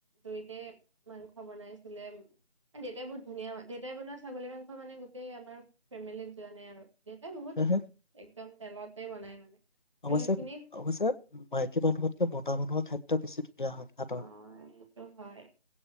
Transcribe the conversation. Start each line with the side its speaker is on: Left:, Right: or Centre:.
Right: জুইতে মাংস বনাইছিলে দেউতাই বহুত ধুনীয়া দেউতাই বনোৱা ছাগলী মাংস মানে গোটেই আমাৰ ফেমিলিত যোৱা নাই আৰু দেউতা বহুত
Left: হে
Right: একদম তেলতে বনাই মানে
Left: অৱশ্যে
Right: সেইখিনি
Left: অৱশ্যে মাইকী মানুহত মতা মানুহৰ খাদ্য বেছি ধুনীয়া হয় হাতৰ
Right: অ সেইটো হয়